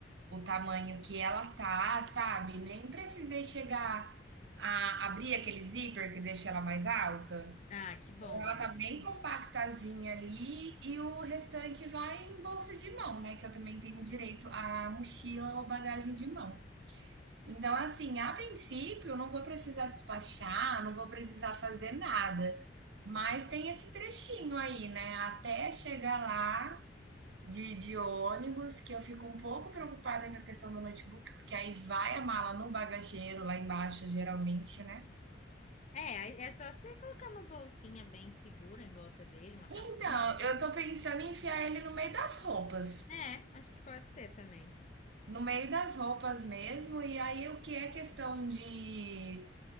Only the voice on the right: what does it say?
o tamanho que ela tá, sabe? Nem precisei chegar a abrir aquele zíper que deixa ela mais alta.
Então, Ela
tá bem compactazinha ali e o restante vai em bolsa de mão, né? Que eu também tenho direito à mochila ou bagagem de mão. Então, assim, a princípio, eu não vou precisar despachar, não vou precisar fazer nada. Mas tem esse trechinho aí, né? Até chegar lá de, de ônibus, que eu fico um pouco preocupada com a questão do notebook, porque aí vai a mala no bagageiro lá embaixo, geralmente, né?
Então,
eu tô pensando em enfiar ele no meio das roupas.
No meio das roupas mesmo, e aí o que é questão de